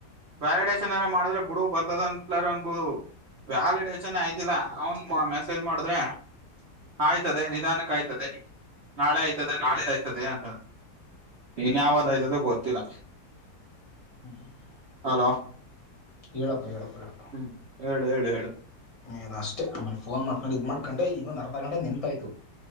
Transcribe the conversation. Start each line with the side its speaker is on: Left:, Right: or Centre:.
Right: ವ್ಯಾಲಿಡೇಶನ್ ಎಲ್ಲ ಮಾಡಿದ್ರೆ ಬುಡು ಬರ್ತದಲ್ಲಾರ ಅನ್ಬೋದು ವ್ಯಾಲಿಡೇಸ್ನೇ ಆಯ್ತಿಲ್ಲ ಅವನ್ ಮೆಸೇಜ್ ಮಾಡಿದ್ರೆ ಆಯ್ತದೆ ನಿಧಾನಕ್ಕೆ ಆಯ್ತದೆ ನಾಳೆ ಆಯ್ತದೆ ನಾಳೆ ಆಯ್ತದೆ ಅಂತಾ ಇನ್ ಯಾವದ ಆಯ್ತದ ಗೊತ್ತಿಲ್ಲ.
Left: ಹ್ಮ್.
Right: ಹಲೋ.
Left: ಎಳಪ್ಪ ಎಳಪ್ಪ ಹೇಳಪ್ಪ.
Right: ಹ್ಮ್ ಹೇಳ ಹೇಳ ಹೇಳ
Left: ಇದ ಅಷ್ಟೇ ಆಮೇಲೆ ಫೋನ್ ಮಾಡ್ಕೊಂಡು ಇದು ಮಾಡ್ಕೊಂಡೆ ಈಗೊಂದ ಅರ್ಧ ಗಂಟೆ ನೆನಪಾಯ್ತು.